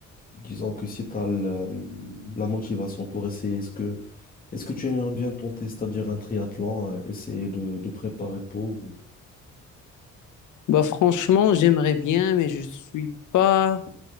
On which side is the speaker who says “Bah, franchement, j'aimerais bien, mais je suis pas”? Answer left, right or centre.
Left